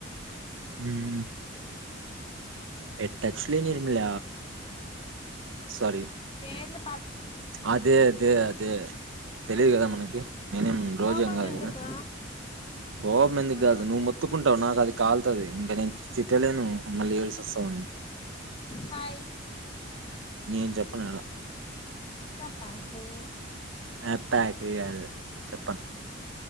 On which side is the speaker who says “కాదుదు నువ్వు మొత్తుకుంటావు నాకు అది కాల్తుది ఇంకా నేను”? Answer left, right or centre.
Right